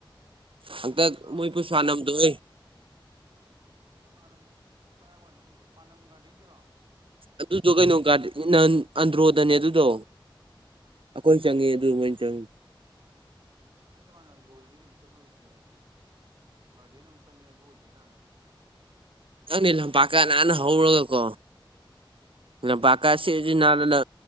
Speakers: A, on the right; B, on the right.
A: ꯍꯟꯇꯛ
B: ꯆꯨꯝꯕ꯭ꯔꯣ
A: ꯃꯣꯏ ꯄꯨꯁꯄꯥ ꯅꯝꯗꯣꯍꯦ
B: ꯄꯨꯁꯄꯥꯅꯥ ꯅꯝꯕꯗꯣ ꯀꯔꯥꯏꯋꯥꯏꯅꯣ ꯎꯠꯂꯤꯗꯣ ꯄꯥꯟꯅꯝ ꯒꯥꯔꯗꯦꯟꯗꯨꯔꯣ
A: ꯑꯗꯨꯗꯣ ꯀꯩꯅꯣ ꯒꯔꯗꯦꯟꯅꯤ ꯅꯍꯥꯟ ꯑꯟꯗ꯭ꯔꯣꯗꯅꯦ ꯑꯗꯨꯗꯣ ꯑꯩꯈꯣꯏ ꯆꯪꯉꯤ ꯑꯗꯨ ꯃꯣꯏ ꯆꯪꯉꯤ
B: ꯑꯩꯈꯣꯏ ꯅꯍꯥꯟ ꯑꯟꯗ꯭ꯔꯣꯗꯅꯤ ꯀꯩꯅꯣ ꯆꯠꯂꯨꯔꯤꯁꯦ ꯒꯥꯔꯗꯦꯟ ꯑꯃ ꯆꯪꯉꯦ ꯑꯗꯨ ꯑꯣꯏꯗꯣꯏꯔꯕ
A: ꯈꯪꯗꯦ ꯂꯝꯄꯥꯛꯀꯥ ꯅꯥꯟ ꯍꯧꯔꯒꯀꯣ ꯂꯝꯄꯛꯀꯥ ꯁꯤꯔꯤ ꯁꯤꯔꯤ ꯅꯥꯜꯂꯒ